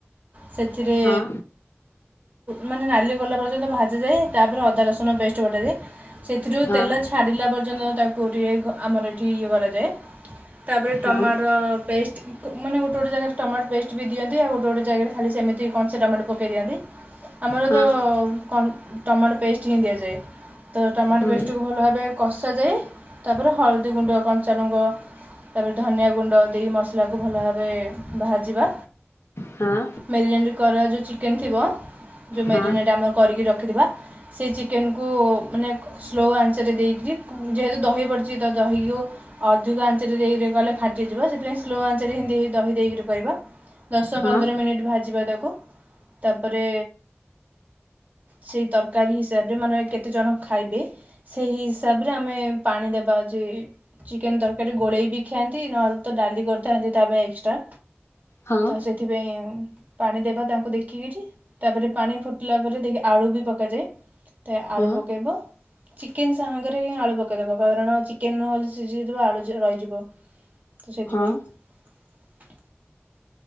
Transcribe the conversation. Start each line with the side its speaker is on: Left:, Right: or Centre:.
Right: ସେଥିରେ
Left: ହଁ
Right: ମାନେ ନାଲି କଲା ପର୍ଯ୍ୟନ୍ତ ଭାଜଯାଏ ତାପରେ ଅଦା ରସୁଣ ପେଷ୍ଟ ବଟାଯାଏ। ସେଥିରୁ
Left: ହଁ
Right: ତେଲ ଛାଡ଼ିଲା ବର୍। ପଯ୍ୟନ୍ତ ତାକୁ ରି ଆମର ଏଠି ଇଏ କରାଯାଏ ତାପରେ। ଟମାଟୋ
Left: ହଁ
Right: ପେଷ୍ଟ ମାନେ ଗୋଟେ ଗୋଟେ ଜାଗାରେ ଟମାଟୋ ପେଷ୍ଟ ବି ଦିଅନ୍ତି ଆଉ ଗୋଟେ ଗୋଟେ ଜାଗାରେ ଖାଲି ସେମିତି କଞ୍ଚା ଟମାଟୋ ପକାଇ ଦିଅନ୍ତି। ଆମର
Left: ହଁ
Right: ତ। କ ଟମାଟ ପେଷ୍ଟ ହିଁ ଦିଆଯାଏ। ତ ଟମାଟୋ
Left: ହୁଁ
Right: ପେଷ୍ଟକୁ ଭଲ ଭାବେ। କସାଯାଏ ତାପରେ ହଳଦୀଗୁଣ୍ଡ କଞ୍ଚନୁଙ୍ଗ ତାପରେ। ଧନିଆ ଗୁଣ୍ଡ ଦେଇ ମସଲାକୁ ଭଲ ଭାବରେ ଭାଜିବା
Left: ହଁ
Right: ମ୍ୟାରିନେଟ୍ କର ଯେଉଁ ଚିକେନ୍ ଥିବ ଯେଉଁ ମ୍ୟାରିନେଟ୍
Left: ହଁ
Right: ଆମର କରିକି ରଖିଥିବା ସେଇ ଚିକେନ କୁ ମାନେ ସ୍ଲୋ ଆଞ୍ଚରେ ଦେଇକିରି ଯେହେତୁ ଦହି ପଡ଼ିଛି ତ ଦହିକୁ ଅଧିକ ଆଞ୍ଚରେ ଦେଇକ ଗଲେ। ଫାଟିଯିବ ସେଥିପାଇଁ ସ୍ଲୋ ଆଞ୍ଚରେ ହ ଦହି ଦେଇକ କରିବା ଦଶ
Left: ହଁ
Right: ପନ୍ଦର ମିନିଟ ଭାଜିବା ତାକୁ ତାପରେ ସେଇ ତରକାରୀ ହିସାବରେ ମାନେ କେତେଜଣ ଖାଇବେ ସେହି ହିସାବରେ ଆମେ ପାଣି ଦେବା ଯେ ଚିକେନ ତରକାରୀ ଗୋଳେଇ ବି ଖାଆନ୍ତି। ନହେଲେ ତ ଡାଲି କରିଥାନ୍ତି ତା ପାଇଁ ଏକ୍ସଟ୍ରା।
Left: ହଁ
Right: ତ ସେଥିପାଇଁ। ପାଣି ଦେବା ତାଙ୍କୁ ଦେଖିକିରି ତାପରେ ପାଣି ଫୁଟିଲା ପରେ ଆଳୁ ବି ପକାଯାଏ। ତେ
Left: ହଁ
Right: ଆଳୁ ପକେଇବ। ଚିକେନ ସାଙ୍ଗରେ ହିଁ ଆଳୁ ପକାଇଦେବ କାରଣ ଚିକେନ ନହେଲେ ସିଝିଇଥିବ ଆଳୁ ରହିଯିବ। ତ ସେଥିପାଇଁ।
Left: ହଁ